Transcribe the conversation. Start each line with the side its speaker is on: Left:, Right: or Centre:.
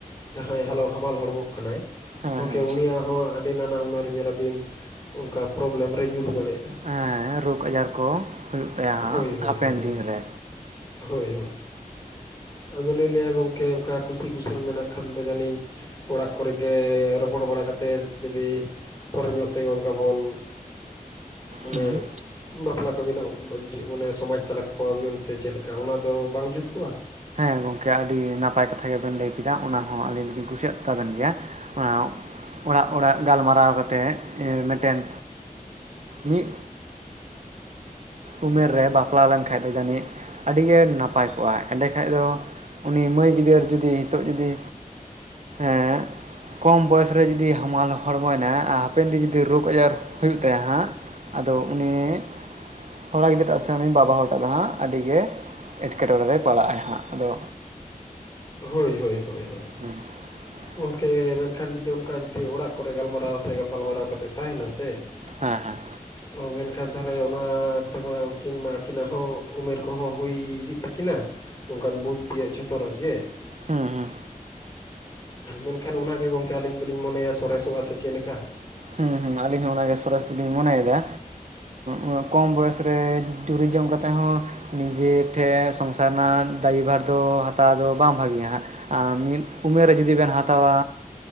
Left: ᱡᱟᱦᱟᱸᱭ ᱦᱟᱞᱚ ᱦᱟᱢᱟᱞ ᱦᱚᱲᱢᱚᱜ ᱠᱟᱱᱟᱭ᱾
Right: ᱦᱮᱸ
Left: ᱜᱚᱢᱠᱮ
Right: ᱦᱮᱸ ᱦᱮᱸ
Left: ᱩᱱᱤᱭᱟᱜ ᱦᱚᱸ ᱟᱹᱰᱤ ᱱᱟᱱᱟ ᱦᱩᱱᱟᱹᱨ ᱧᱮᱞ ᱟᱵᱤᱱ ᱚᱱᱠᱟ ᱯᱨᱚᱵᱞᱮᱢ ᱨᱮ ᱧᱩᱨᱩ ᱫᱟᱲᱮᱭᱟᱜᱼᱟᱭ᱾
Right: ᱦᱮᱸ ᱨᱳᱜᱽ ᱟᱡᱟᱨ ᱠᱚ ᱦᱩᱭᱩᱜ ᱛᱟᱭᱟ ᱦᱟᱸᱜ
Left: ᱦᱳᱭ ᱦᱳᱭ
Right: ᱦᱟᱯᱮᱱ
Left: ᱦᱳᱭ
Right: ᱫᱤᱱ
Left: ᱦᱳᱭ
Right: ᱨᱮ
Left: ᱦᱳᱭ ᱦᱳᱭ ᱟᱫᱚᱞᱮ ᱞᱟᱹᱭᱟ ᱜᱚᱝᱠᱮ ᱚᱱᱠᱟ ᱠᱩᱥᱤ ᱠᱩᱥᱟᱹᱞ ᱢᱮᱱᱟᱜ ᱠᱷᱟᱱ ᱫᱚ ᱡᱟᱹᱱᱤᱡ ᱚᱲᱟᱜ ᱠᱚᱨᱮ ᱜᱮ ᱨᱚᱯᱚᱲ ᱵᱟᱲᱟ ᱠᱟᱛᱮᱫ ᱡᱩᱫᱤ ᱯᱚᱨᱮ ᱧᱚᱜ ᱛᱮᱜᱮ ᱚᱱᱠᱟ ᱵᱚᱱ ᱚᱱᱮ
Right: ᱦᱮᱸ
Left: ᱵᱟᱯᱞᱟ ᱠᱚᱵᱱᱟ ᱟᱱᱮ ᱥᱚᱢᱟᱡᱽ ᱛᱟᱞᱟ ᱠᱟᱠᱚᱣᱟᱵᱤᱱ ᱥᱮ ᱪᱮᱫ ᱞᱮᱠᱟ ᱚᱱᱟ ᱫᱚ ᱵᱟᱝ ᱡᱩᱛ ᱠᱚᱜᱼᱟ᱾
Right: ᱦᱮᱸ ᱜᱚᱢᱠᱮ ᱟᱹᱰᱤ ᱱᱟᱯᱟᱭ ᱠᱟᱛᱷᱟ ᱜᱮᱵᱮᱱ ᱞᱟᱹᱭ ᱠᱮᱫᱟ ᱚᱱᱟ ᱦᱚᱸ ᱟᱹᱞᱤᱧ ᱫᱚᱞᱤᱧ ᱠᱩᱥᱤᱭᱟᱜ ᱛᱟᱵᱮᱱ ᱜᱮᱭᱟ ᱚᱱᱟ ᱚᱲᱟᱜ ᱚᱲᱟᱜ ᱜᱟᱞᱢᱟᱨᱟᱣ ᱠᱟᱛᱮᱫ ᱢᱤᱫᱴᱮᱱ ᱢᱤᱫ ᱩᱢᱮᱨ ᱨᱮ ᱵᱟᱯᱞᱟ ᱞᱮᱱᱠᱷᱟᱡ ᱫᱚ ᱡᱟᱹᱱᱤᱡ ᱟᱹᱰᱤ ᱜᱮ ᱱᱟᱯᱟᱭ ᱠᱚᱜᱼᱟ ᱮᱸᱰᱮ ᱠᱷᱟᱱ ᱫᱚ ᱩᱱᱤ ᱢᱟᱹᱭ ᱜᱤᱫᱽ ᱫᱟᱹᱨ ᱡᱩᱫᱤ ᱱᱤᱛᱚᱜ ᱡᱩᱫᱤ ᱮᱸ ᱠᱚᱢ ᱵᱚᱭᱚᱥ ᱨᱮ ᱡᱩᱫᱤ ᱦᱟᱢᱟᱞ ᱦᱚᱲᱢᱚᱭᱮᱱᱟ ᱟᱨ ᱦᱟᱯᱮᱱ ᱫᱤᱱ ᱡᱩᱫᱤ ᱨᱳᱜᱽ ᱟᱡᱟᱨ ᱦᱩᱭᱩᱜ ᱛᱟᱭᱟ ᱦᱟᱸᱜ᱾ ᱟᱫᱚ ᱩᱱᱤ ᱠᱚᱲᱟ ᱜᱤᱫᱽᱨᱟᱹ ᱴᱟᱜ ᱥᱮ ᱩᱱᱤ ᱵᱟᱵᱟ ᱦᱚᱲ ᱴᱟᱜ ᱫᱚ ᱦᱟᱸᱜ ᱟᱹᱰᱤᱜᱮ ᱮᱸᱴᱠᱮᱴᱚᱬᱮ ᱨᱮᱭ ᱯᱟᱲᱟᱜ ᱟᱭ ᱦᱟᱸᱜ ᱟᱫᱚ
Left: ᱦᱳᱭ ᱦᱳᱭ ᱦᱳᱭ ᱦᱳᱭ
Right: <inaudible>
Left: ᱜᱚᱢᱠᱮ ᱢᱮᱱᱠᱷᱟᱱ ᱡᱩᱫᱤ ᱚᱱᱠᱟ ᱡᱩᱫᱤ ᱚᱲᱟᱜ ᱠᱚᱨᱮ ᱜᱟᱞᱢᱟᱨᱟᱣ ᱥᱮ ᱜᱟᱯᱟᱞᱢᱟᱨᱟᱣ ᱠᱟᱛᱮᱫ ᱛᱟᱦᱮᱱᱟ ᱥᱮ
Right: ᱦᱮᱸ ᱦᱮᱸ
Left: ᱚ ᱢᱮᱱᱠᱷᱟᱱ ᱛᱟᱦᱚᱞᱮ ᱚᱱᱟ ᱛᱮᱢᱟ ᱩᱱᱠᱤᱱ ᱢᱟ ᱟᱹᱠᱤᱱᱟᱜ ᱦᱚᱸ ᱩᱢᱮᱨ ᱠᱚᱦᱚᱸ ᱦᱩᱭ ᱤᱫᱤᱜ ᱛᱟᱹᱠ ᱠᱤᱱᱟ ᱚᱱᱠᱟᱱ ᱵᱩᱡᱽ ᱛᱮᱭᱟᱜ ᱡᱷᱚᱛᱚᱱᱟᱜ ᱜᱮ
Right: ᱦᱮᱸ ᱦᱮᱸ
Left: ᱢᱮᱱᱠᱷᱟᱱ ᱚᱱᱟᱜᱮ ᱜᱚᱝᱠᱮ ᱟᱹᱞᱤᱧ ᱫᱚᱞᱤᱧ ᱢᱚᱱᱮᱭᱟ ᱥᱚᱨᱮᱥᱚᱜᱼᱟ ᱥᱮ ᱪᱮᱫ ᱞᱮᱠᱟ
Right: ᱦᱩᱸ ᱦᱩᱸ ᱟᱹᱞᱤᱧ ᱦᱚᱸ ᱚᱱᱟᱜᱮ ᱥᱚᱨᱚᱥ ᱫᱚᱞᱤᱧ ᱢᱚᱱᱮᱭᱮᱫᱟ᱾ ᱩᱜ ᱠᱚᱢ ᱵᱚᱭᱮᱥ ᱨᱮ ᱴᱩᱨᱤᱡᱚᱢ ᱠᱟᱛᱮᱫ ᱦᱚᱸ ᱱᱤᱡᱮ ᱴᱷᱮᱱ ᱥᱚᱝᱥᱟᱨ ᱨᱮᱱᱟᱜ ᱫᱟᱹᱭᱤᱵᱷᱟᱨ ᱫᱚ ᱦᱟᱛᱟᱣ ᱫᱚ ᱵᱟᱝ ᱵᱷᱟᱹᱜᱤᱭᱟ ᱦᱟᱸᱜ᱾ ᱟᱨ ᱢᱤᱫ ᱩᱢᱮᱨ ᱨᱮ ᱡᱩᱫᱤ ᱵᱮᱱ ᱦᱟᱛᱟᱣᱟ